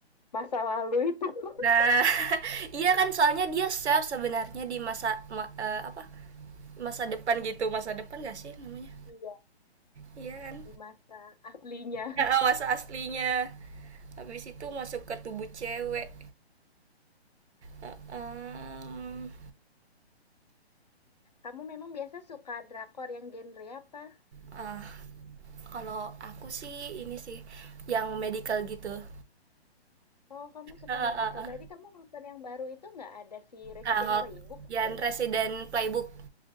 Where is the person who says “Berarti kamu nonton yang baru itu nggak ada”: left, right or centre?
Left